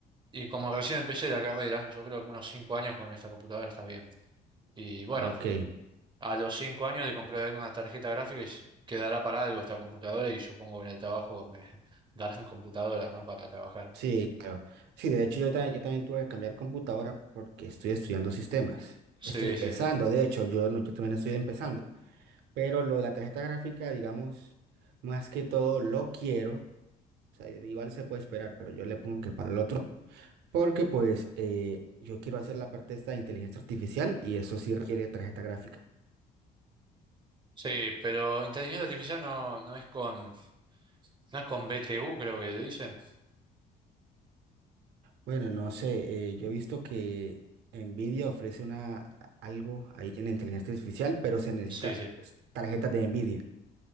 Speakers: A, on the right; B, on the right.
A: y como recién empecé la carrera, yo creo que unos cinco años con esta computadora está bien. Y bueno,
B: Ah, Ok,
A: a los cinco años de comprar una tarjeta gráfica y se- quedará para algo esta computadora y supongo que en el trabajo me <laughs> darán computadoras, ¿no? Para trabajar.
B: sí, claro. Sí, de hecho yo, ta- yo también tuve que cambiar computadora porque estoy estudiando sistemas.
A: Sí,
B: Estoy empezando,
A: sí.
B: de hecho, yo, no- yo también estoy empezando. Pero lo de la tarjeta gráfica, digamos, más que todo lo quiero. O sea, igual se puede esperar, pero yo le pongo que para el otro. Porque pues eh, yo quiero hacer la parte esta de inteligencia artificial y eso sí requiere tarjeta gráfica.
A: Sí, pero inteligencia artificial no, no es con, no es con BTU, creo que le dicen.
B: Bueno, no sé, eh, yo he visto que Nvidia ofrece una, algo ahí en inteligencia artificial, pero se necesita
A: Sí, sí.
B: s- tarjetas de Nvidia.